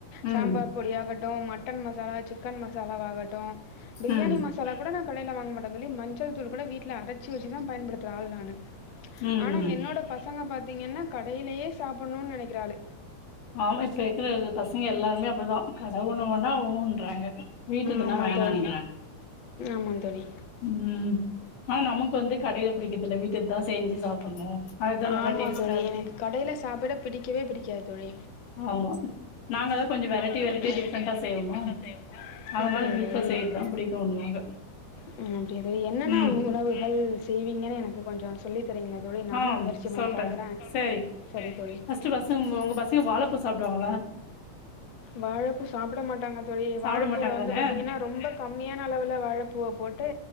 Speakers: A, on the left; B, on the left.
A: ம்
B: சாம்பார் பொடி ஆகட்டு mutton masala chicken masala வாகட்டு பிரியாணி
A: ம்
B: மசாலா கூட நா கடைல வாங்க மாட் அதுமேரி மஞ் த்தூள் கூட வீட்ல அரைச்சு வச்சுதா பயன்படுத்துற ஆளு நானு
A: ம்
B: ஆனா
A: ம்
B: என்னோட பசங்க பாத்தீங்கன்னா கடைலயே சாப்புன்ணுனு நெனக்கிற ஆளு
A: ஆமா இப்ப இருக்ற பசங்க எல்லாருமே அப்டித்தா கட ஒன்னு வேனா ஊன்றாங்க வீட்டுக்குனா
B: ஆமா
A: வேணான்றாங்க
B: தோழி ஆமா தோழி
A: உ ஆனா நமக்கு வந்து கடையில பிடிக்கர்தில்ல வீட்டுக்தா செஞ்சு சாப்பின்ணு அதுதா நல்லா
B: ஆமா
A: டேஸ்ட்டா
B: தோழி
A: இருக்கு
B: எனக்கு கடையில சாப்பிட பிடிக்கவே பிடிக்காது ஆமா
A: ஆமா நாங்க அதா கொஞ்சோ வெரைட்டி
B: அப்படியா
A: வெரைட்டியா டிஃப்ரெண்டா செய்வோமா
B: தோழி
A: அதனால வீட்ல செய்யறதுதா பிடிக்குன்னுவாங்க
B: உ அப்டியா தோழி என்னென்னா
A: ம்
B: உணவுகள் செய்வீங்கன்னு எனக்கு கொஞ்சோ சொல்லி தரிங்களா தோழி நானு
A: ஆ
B: முயற்சி பண்ணி
A: சொல்றே
B: பாக்குறே
A: சரி
B: செரி தோழி
A: ஃபர்ஸ்ட்டு பசங்க உங்க உங்க பசங்க வாழப்பூ சாப்டுவாங்களா
B: வாழைப்பூ சாப்பிட மாட்டாங்க தோழி
A: சாப்ட
B: வாழைப்பூல
A: மாட்டாங்க
B: வந்து
A: தானே
B: பாத்தீங்கன்னா ரொம்ப கம்மியான அளவுல வாழைப்பூவ போட்டு